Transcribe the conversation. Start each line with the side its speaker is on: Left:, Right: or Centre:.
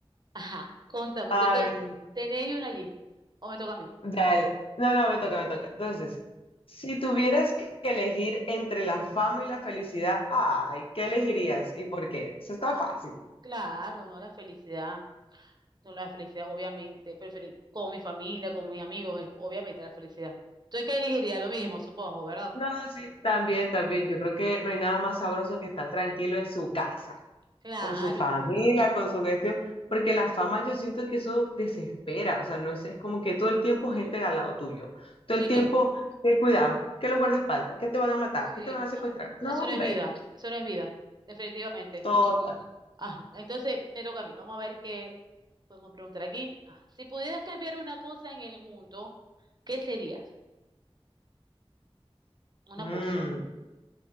Right: Ajá, contame, te
Left: Ay,
Right: to ¿tenéis una allí? ¿O me toca a mí?
Left: dale. No, no, me toca, me toca. Entonces, si tuvieras que elegir entre la fama y la felicidad, ay, ¿qué elegirías y por qué? Eso está
Right: Ah,
Left: fácil.
Right: claro, no la felicidad. No la felicidad, obviamente. Preferir con mi familia, con mis amigos, es- obviamente la felicidad. Entonces, ¿qué elegiría? Lo mismo, supongo, ¿verdad?
Left: No, sí, también, también. Yo creo que no hay nada más sabroso que estar tranquilo en su casa,
Right: Claro.
Left: con su familia, con su gestión, porque la fama yo siento que eso desespera, o sea, no es, es como que todo el tiempo gente
Right: ¿Mm?
Left: al lado tuyo, todo
Right: Sí,
Left: el tiempo, que cuidado, que los guardaespaldas, que te van a matar,
Right: sí,
Left: que te van a secuestrar.
Right: no.
Left: No,
Right: Eso no
Left: hombre,
Right: es vida, eso no es vida, definitivamente.
Left: total.
Right: Ajá, entonces me toca a mí. Vamos a ver qué podemos preguntar aquí. Ah, si pudieras cambiar una cosa en el mundo, ¿qué serías? Una
Left: Mm.
Right: cosa.